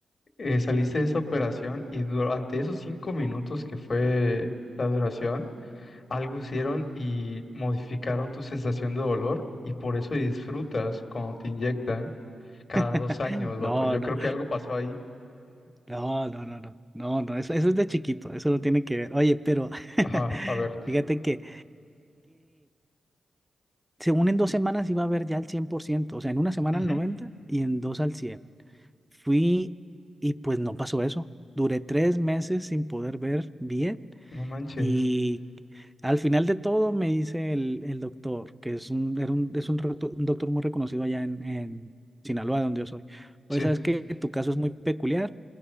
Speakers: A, on the left; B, in the centre.
A: Eh, saliste
B: Ujú.
A: de esa operación y durante esos cinco minutos que fue la duración, Algo hicieron y modificaron tu sensación de dolor y por eso disfrutas cuando te inyectan cada
B: <laughs>
A: dos años, vato.
B: No,
A: Yo
B: no.
A: creo que algo pasó ahí.
B: No, no, no, no, no, no, eso, eso es de chiquito, eso no tiene que ver. Oye, pero <laughs>
A: Ajá, a ver.
B: fíjate que según en dos semanas iba a ver ya el ciento o sea, en una semana
A: Ujú,
B: al 90 y en dos al cien Fui y pues no pasó eso. Duré tres meses sin poder ver bien
A: No manches.
B: y al final de todo me dice el, el doctor, que es un, era un, es un, recto- un doctor muy reconocido allá en, en Sinaloa, donde yo soy. Oye,
A: Sí,
B: sabes que tu caso es muy peculiar.